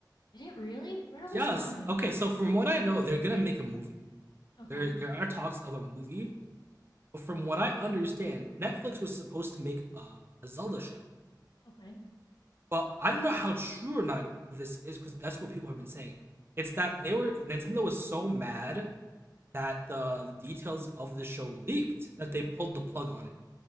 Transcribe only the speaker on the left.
Did it really? Where was
I?
Okay.
Okay.